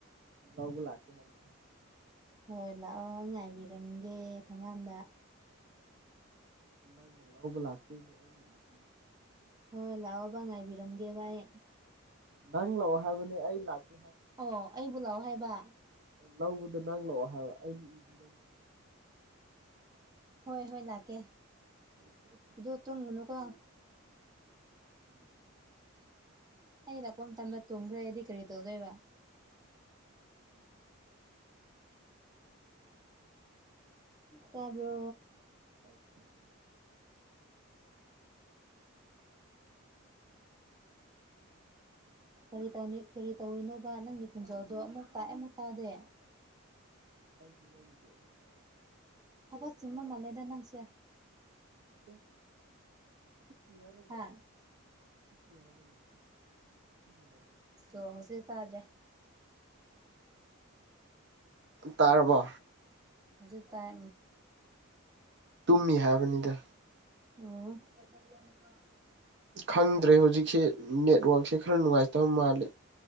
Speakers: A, on the right; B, on the right.
A: ꯂꯎꯕ ꯂꯥꯛꯆꯦ ꯍꯥꯏꯒ
B: ꯍꯣꯏ ꯂꯥꯛꯑꯣ ꯉꯥꯏꯕꯤꯔꯝꯒꯦ ꯊꯣꯡꯉꯥꯟꯗ
A: ꯅꯪꯅ ꯂꯧꯕ ꯂꯥꯛꯇꯣꯏꯅꯦ ꯑꯩꯒꯤ ꯏꯕꯤ
B: ꯍꯣꯏ ꯂꯥꯛꯑꯣ ꯉꯥꯏꯕꯤꯔꯝꯒꯦ ꯚꯥꯏ
A: ꯅꯪ ꯂꯥꯛꯑꯣ ꯍꯥꯏꯕꯅꯦ ꯑꯩ ꯂꯥꯛꯀꯦ ꯍꯥꯏꯕꯅꯤ
B: ꯑꯣ ꯑꯩꯕꯨ ꯂꯥꯛꯑꯣ ꯍꯥꯏꯕ
A: ꯂꯧꯕꯗꯣ ꯅꯪ ꯂꯛꯑꯣ ꯍꯥꯏꯕꯣ ꯑꯩꯅꯗ
B: ꯍꯣꯏ ꯍꯣꯏ ꯂꯥꯛꯀꯦ
A: ꯎꯝ
B: ꯑꯗꯨ ꯇꯨꯝꯃꯨꯅꯨꯀꯣ
A: <unintelligible>
B: ꯑꯩ ꯂꯥꯛꯄ ꯃꯇꯝꯗ ꯇꯨꯝꯈ꯭ꯔꯦ ꯑꯩꯗꯤ ꯀꯔꯤ ꯇꯧꯗꯣꯏꯕ ꯇꯥꯕ꯭ꯔꯣ
A: ꯑꯥꯎ ꯇꯥꯏ ꯇꯥꯏ
B: <unintelligible> ꯀꯔꯤ ꯇꯧ ꯀꯔꯤ ꯇꯧꯔꯤꯅꯣꯕ ꯅꯪꯒꯤ ꯈꯨꯣꯟꯖꯦꯜꯗꯣ ꯑꯃꯨꯛ ꯇꯥꯛꯑꯦ ꯑꯃꯨꯛ ꯇꯥꯗꯦ
A: ꯑꯩꯗꯤ ꯅꯪꯒꯤ ꯑꯗꯨꯝ ꯇꯥꯏ
B: ꯊꯒꯠꯁꯤꯡꯤꯡꯃ ꯃꯥꯂꯗ ꯅꯪꯁꯦ ꯑꯣ
A: ꯌꯥ ꯍꯤꯞꯄꯤ ꯍꯥꯏꯔꯒ
B: ꯍꯥ
A: ꯍꯥꯏꯕ ꯂꯩ ꯍꯥꯏꯕ
B: ꯁꯣ ꯍꯁꯦ ꯇꯗ꯭ꯔꯦ
A: ꯇꯥꯔꯕꯣ
B: ꯍꯧꯖꯤꯛ ꯇꯥꯏ
A: ꯇꯨꯝꯃꯤ ꯍꯥꯏꯕꯅꯤꯗ
B: ꯑꯣ
A: ꯈꯪꯗ꯭ꯔꯦ ꯍꯧꯖꯤꯛꯁꯦ ꯅꯦꯠꯋꯥꯛꯛꯁꯦ ꯈꯔ ꯅꯨꯡꯉꯥꯏꯇꯕ ꯃꯥꯜꯂꯤꯦ